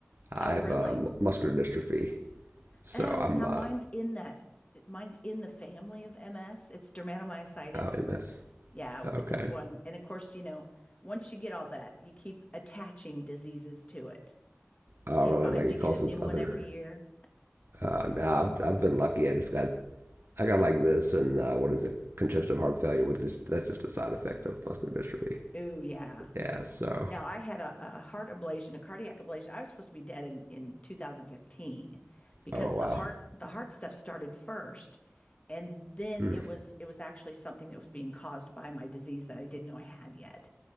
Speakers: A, on the right; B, on the left.
A: I
B: Oh, really?
A: have uh, mu- muscular dystrophy, so
B: Oh,
A: I'm
B: now
A: uh,
B: mine's in that. Mine's in the family of MS. It's dermatomyositis.
A: oh, MS.
B: Yeah, with
A: Okay.
B: the TIF one. And of course, you know, once you get all that, you keep attaching diseases to it.
A: Uh,
B: Do
A: really,
B: you find
A: like it
B: you get
A: causes
B: a new one
A: other.
B: every year?
A: Uh, no, nah, I've, I've been lucky. I just got I got like this, and uh, what is it? Congestive heart failure, which is that's just a side effect of muscular dystrophy.
B: Ooh, yeah.
A: Yeah, so.
B: Now, I had a, a heart ablation, a cardiac ablation. I was supposed to be dead in, in 2015 because
A: Oh, wow.
B: the heart the heart stuff started first. And then
A: Mm,
B: it was it was actually something that was being caused by my disease that I didn't know I had yet.